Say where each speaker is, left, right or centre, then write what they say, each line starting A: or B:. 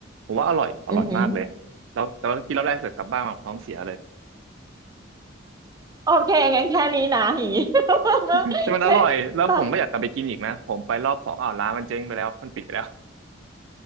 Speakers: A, on the right (about 80°); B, on the right (about 20°).
A: ผมว่าอร่อยอร่อยมากเลยแล้วแต่ว่ากินรอบแรกเสร็จกลับบ้านมาผมท้องเสียเลย
B: อือหือโอเคงั้นแค่นี้นะอย่างงี้ <laughs> ไม่
A: <laughs> แต่มันอร่อยแล้วผมก็อยากกลับไปกินอีกนะผมไปรอบสองอ้าวร้านมันเจ๊งไปแล้วมันปิดไปแล้ว
B: ไม่ตา